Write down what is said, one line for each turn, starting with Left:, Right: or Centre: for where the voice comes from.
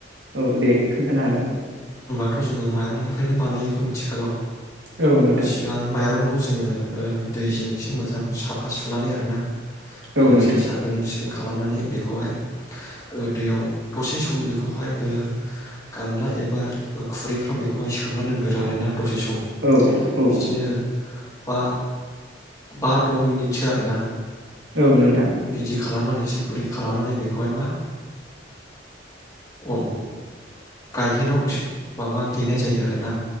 Right: औ दे खोन्थानो हागोन
Left: थ' जोङो माइरंनिफ्रायनो बानायोखौ मिथिखागौ
Right: औ नोंथां
Left: सिगां माइरंखौ जोङो दैजों एसे मोजां साफा सुनानै आरोना
Right: औ
Left: एसे
Right: नोंथां
Left: साखोन सिखोन सिखोन खालामनानै बेखौहाय दैयाव दसे सम बेखौहाय ओ गामला एबा खुरैफ्राव बेखौहाय सोमना दोनगोरो आरोना दसे सम
Right: औ औ
Left: बिदिनो <unintelligible> बा द' मिनिटसो आरोना
Right: औ नोंथां
Left: बिदि खालामनानैसो गुरै खालामनानै बेखौहाय मा ओ अन गायहेनाव माबा देनाय जायो आरोना